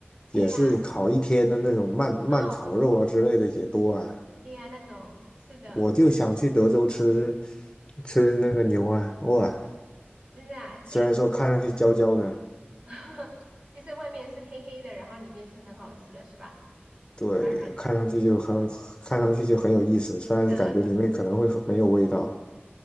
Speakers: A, on the right (about 30°); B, on the left (about 25°).
A: 对呀、
B: 也是烤一天的那种慢慢烤肉啊之类的也多啊。
A: 哦对呀，那种是的，
B: 我就想去德州吃吃那个牛啊，哇，
A: 真的啊，可以，
B: 虽然说看上去焦焦的，
A: <laughs> 就是外面是黑黑的，然后里面是很好吃的，是吧？
B: 对，
A: 软
B: 看上去就很，看上去就很有意思，虽然感觉里面可能会很没有味道。
A: 的，